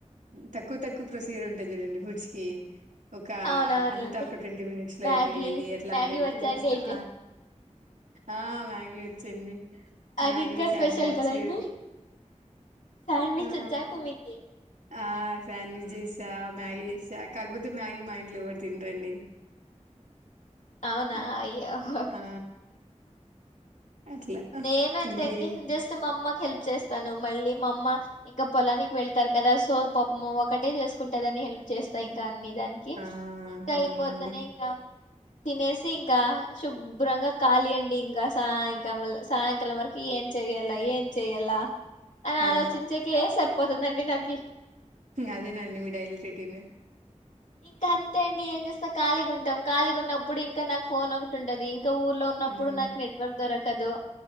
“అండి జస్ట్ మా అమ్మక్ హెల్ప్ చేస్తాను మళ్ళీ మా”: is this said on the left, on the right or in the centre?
Left